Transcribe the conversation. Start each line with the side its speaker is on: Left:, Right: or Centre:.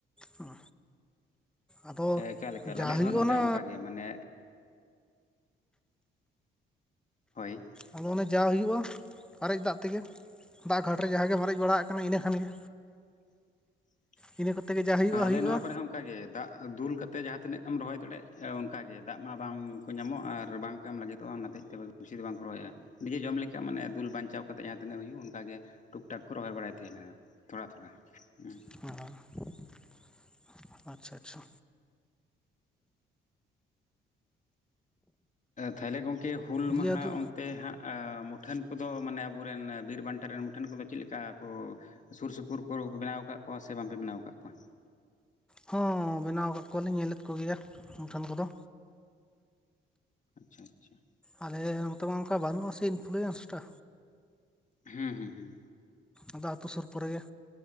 Centre: ᱦᱩᱸ ᱟᱫᱚ
Left: ᱮᱠᱟᱞ ᱮᱠᱟᱞ
Centre: ᱡᱟ
Left: ᱟᱞᱮ
Centre: ᱦᱩᱭᱩᱜᱼᱟ
Left: ᱦᱚᱸ ᱱᱚᱛᱮ
Centre: ᱚᱱᱟ
Left: ᱚᱱᱠᱟᱜᱮ ᱢᱟᱱᱮ ᱦᱳᱭ᱾
Centre: ᱟᱫᱚ ᱚᱱᱮ ᱡᱟ ᱦᱩᱭᱩᱜᱼᱟ ᱟᱨᱮᱡ ᱫᱟᱜ ᱛᱮᱜᱮ ᱫᱟᱜ ᱜᱷᱟᱰ ᱨᱮ ᱡᱟᱦᱟᱸᱜᱮ ᱟᱨᱮᱡ ᱵᱟᱲᱟᱜ ᱠᱟᱱᱟ ᱤᱱᱟᱹ ᱠᱷᱟᱱᱜᱮ
Left: <inaudible>
Centre: ᱤᱱᱟᱹ ᱠᱚᱛᱮ ᱜᱮ ᱡᱟ
Left: ᱟᱞᱮ
Centre: ᱦᱩᱭᱩᱜᱼᱟ
Left: ᱱᱚᱣᱟ ᱠᱚᱨᱮ ᱦᱚᱸ ᱚᱱᱠᱟ ᱜᱮ ᱫᱟᱜ ᱫᱩᱞ ᱠᱟᱛᱮ ᱡᱟᱸᱦᱟ ᱛᱤᱱᱟᱹᱜ ᱮᱢ ᱨᱚᱦᱚᱭ ᱫᱟᱲᱮᱜ ᱚᱱᱠᱟ ᱜᱮ ᱫᱟᱜ ᱢᱟ ᱵᱟᱝ ᱠᱚ ᱧᱟᱢᱚᱜ ᱟᱨ ᱵᱟᱝ ᱠᱚ ᱮᱢ ᱞᱟᱹᱜᱤᱫ ᱫᱚᱜᱼᱟ ᱚᱱᱟ ᱦᱚᱛᱮᱡ ᱛᱮ ᱵᱮᱥᱤ ᱫᱚ ᱵᱟᱝ ᱠᱚ ᱨᱚᱦᱚᱭᱟ᱾ ᱱᱤᱡᱮ ᱡᱚᱢ ᱞᱮᱠᱟ ᱢᱟᱱᱮ ᱫᱩᱞ ᱵᱟᱧᱪᱟᱣ ᱠᱟᱛᱮᱜ ᱡᱟᱦᱟᱸ ᱛᱤᱱᱟᱹᱜ ᱦᱩᱭᱩᱜ ᱚᱱᱠᱟ ᱜᱮ ᱴᱩᱠ ᱴᱷᱟᱠ ᱠᱚ ᱨᱚᱦᱚᱭ ᱵᱟᱲᱟᱭ ᱛᱟᱦᱮᱸᱱᱟ᱾ ᱛᱷᱚᱲᱟ ᱛᱷᱚᱲᱟ ᱦᱩᱸ᱾
Centre: <unintelligible> ᱟᱪᱪᱷᱟ ᱟᱪᱪᱷᱟ᱾
Left: ᱛᱟᱦᱞᱮ ᱜᱚᱝᱠᱮ ᱦᱩᱹᱞ
Centre: ᱫᱤᱭᱮ
Left: ᱢᱟᱦᱟ
Centre: ᱟᱫᱚ
Left: ᱚᱱᱛᱮ ᱦᱟᱸᱜ ᱟᱻ ᱢᱩᱴᱷᱟᱹᱱ ᱠᱚᱫᱚ ᱢᱟᱱᱮ ᱟᱵᱚ ᱨᱮᱱ ᱵᱤᱨ ᱵᱟᱱᱴᱟ ᱨᱮᱱ ᱢᱩᱴᱷᱟᱹᱱ ᱠᱚᱫᱚ ᱪᱮᱫ ᱞᱮᱠᱟ ᱠᱚ ᱥᱩᱨ ᱥᱩᱯᱩᱨ ᱠᱚᱨᱚ ᱵᱮᱱᱟᱣ ᱠᱟᱜ ᱠᱚᱣᱟ ᱥᱮ ᱵᱟᱝ ᱯᱮ ᱵᱮᱱᱟᱣ ᱠᱟᱜ ᱠᱚᱣᱟ?
Centre: ᱦᱚᱸ ᱵᱮᱱᱟᱣ ᱟᱠᱟᱫ ᱠᱚᱣᱟ ᱞᱤᱧ ᱧᱮᱞ ᱮᱫ ᱠᱚᱜᱮᱭᱟ ᱢᱩᱴᱷᱟᱹᱱ ᱠᱚᱫᱚ,
Left: ᱟᱪᱪᱷᱟ ᱟᱪᱪᱷᱟ᱾
Centre: ᱟᱞᱮ ᱱᱚᱛᱮ ᱢᱟ ᱚᱱᱠᱟ ᱵᱟᱹᱱᱩᱜᱼᱟ ᱥᱮ ᱤᱱᱯᱷᱞᱩᱭᱮᱱᱥ ᱴᱟ,
Left: ᱦᱩᱸ ᱦᱩᱸ ᱦᱩᱸ᱾
Centre: ᱟᱫᱚ ᱟᱹᱛᱩ ᱥᱩᱨ ᱠᱚᱨᱮ ᱜᱮ